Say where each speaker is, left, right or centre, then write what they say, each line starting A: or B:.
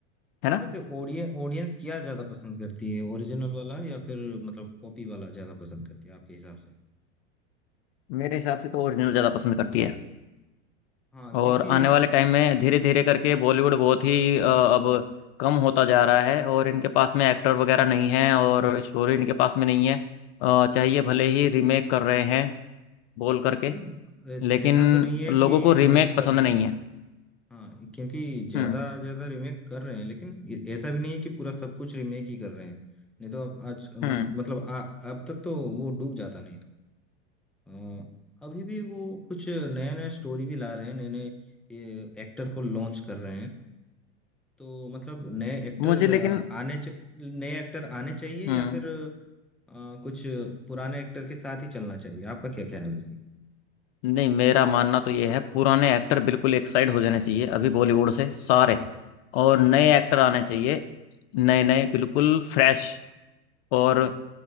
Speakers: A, in the centre; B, on the left.
A: हाँ
B: है ना
A: वैसे ऑडियंस ऑडियंस क्या ज्यादा पसंद करती है ओरिजिनल वाला या फिर मतलब कॉपी वाला ज्यादा पसंद करती है आपके हिसाब से
B: मेरे हिसाब से तो ओरिजिनल ज़्यादा पसंद करती है
A: हाँ
B: और
A: क्योंकि
B: आने वाले टाइम में धीरे धीरे करके बॉलीवुड बहुत ही अ, अब कम होता जा रहा है और इनके पास में एक्टर वगैरह नहीं है और स्टोरी इनके पास में नहीं है अ, चाहिए भले ही रीमेक कर रहे हैं बोल करके
A: नहीं ऐसा
B: लेकिन
A: ऐसा तो नहीं है
B: लोगों
A: कि
B: को रीमेक
A: रीमेक कर
B: पसंद
A: रहे
B: नहीं
A: हैं
B: है
A: हाँ क्योंकि ज्यादा
B: हम्म
A: ज्यादा रीमेक कर रहे हैं लेकिन ए- ऐसा भी नहीं है कि पूरा सब कुछ रीमेक ही कर रहे हैं नहीं तो अब आज म-
B: हम्म
A: मतलब आ, अब तक तो वो डूब जाता नहीं था अ, अभी भी वो कुछ नया नया स्टोरी भी ला रहे हैं नए नए एक्टर को लॉन्च कर रहे हैं तो मतलब नए एक्टर
B: मुझे लेकिन
A: आने च, नए एक्टर आने चाहिए
B: हम्म
A: या फिर अ, कुछ पुराने एक्टर के साथ ही चलना चाहिए आपका क्या ख्याल है
B: नहीं मेरा मानना तो ये है पुराने एक्टर बिल्कुल एक साइड हो जाने चाहिए अभी बॉलीवुड से सारे और नए एक्टर आने चाहिए नए नए बिल्कुल फ्रेश और